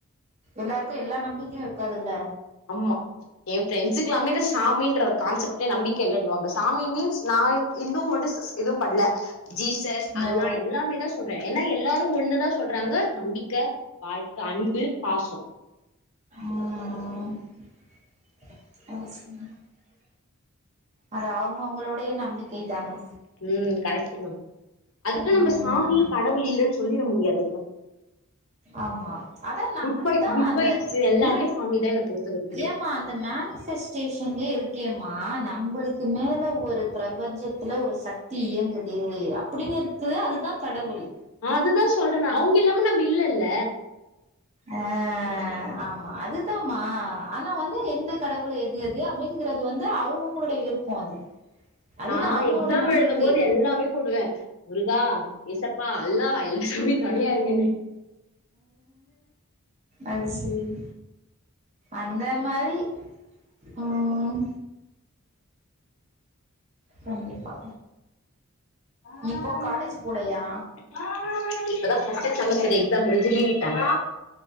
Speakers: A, on the right (about 30°); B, on the left (about 70°).
A: எல்லாருக்கு எல்லா நம்பிக்கையு இருக்காதுல்ல
B: ஆமா ஏ ஃப்ரெண்ட்ஸ்க்கு எல்லாமே இந்த சாமின்ற ஒரு கான்செப்ட்டே நம்பிக்க இல்லனுவாங்க சாமி மீன்ஸ் நா இந்துவ மட்டு இது பண்ல ஜீசஸ் அல்லா
A: ஓ
B: எல்லாமே தா சொல்றே ஏன்னா எல்லாரு ஒண்ணு சொல்றாங்க நம்பிக்க வாழ்க்க அன்பு பாசோ
A: ம் <unintelligible> அது அவங்க அவங்களுடைய நம்பிக்கை தான
B: ம் கரெக்ட்டு தா அதுக்குன்னு
A: ம்
B: நம்ப சாமி கடவுள் இல்லன்னு சொல்லிட முடியாதுல்ல
A: ஆமா அதா நா
B: குட்
A: அததா
B: பை குட்
A: அந்த
B: வைப்ஸ் எல்லாமே
A: என்ன
B: சாமி தான் என்னை பொறுத்த வரைக்குமே
A: ஏம்மா அந்த மேனிபெஸ்டேஷன்லே இருக்கேமா அ நம்பளுக்கு மேல ஒரு பிரபஞ்சத்தில ஒரு சக்தி இயங்குது அப்பிடின்னு இருக்கு அதுதா கடவுள்
B: அதுதா சொல்றே நா அவங்க இல்லாம நம்ப இல்லல்ல
A: அ ஆமா அதுதாமா ஆனா வந்து எந்த கடவுள் எது எது அப்டின்னு ங்கிறது வந்து அவங்கவுங்களோட விருப்பம் அது அதுதா
B: நா
A: அவங்களோட
B: எக்ஸாம்
A: நம்பிக்கை
B: எழுதும் போது எல்லாமே கூப்டுவே முருகா ஏசப்பா அல்லா எல்லா ல்லாமே தொனாயா இருங்கனு
A: அது சேரி அந்த மாரி ம் கண்டிப்பா
B: ஹாய்
A: இப்போ காலேஜ் போலையா
B: ஹாய் இப்பதா ஃபர்ஸ்ட் செமஸ்டர் எக்ஸா முடிஞ்சு லீவ் விட் ட்டாங்க